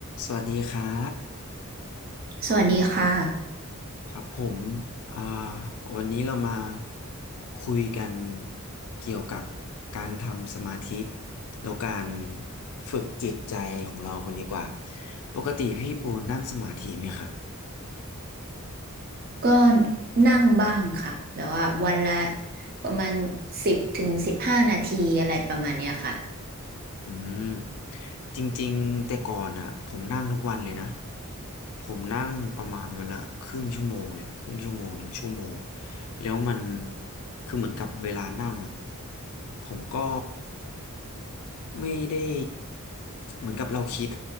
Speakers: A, on the left; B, on the right.
A: สวัสดีครับ
B: สวัสดีค่ะ
A: ครับผมอ่าวันนี้เรามาคุยกันเกี่ยวกับการทำสมาธิแล้วการฝึกจิตใจของเรากันดีกว่าปกติพี่ปูนั่งสมาธิไหมครับ
B: ก็นั่งบ้างค่ะแบบว่าวันละประมาณสิบถึงสิบห้านาทีอะไรประมาณเนี้ยค่ะ
A: อืมจริงๆแต่ก่อนอ่ะผมนั่งทุกวันเลยนะผมนั่งประมาณวันละครึ่งชั่วโมงเลยครึ่งชั่วโมงถึงชั่วโมงแล้วมันคือเหมือนกับเวลานั่งอ่ะผมก็ ไม่ได้เหมือนกับเราคิด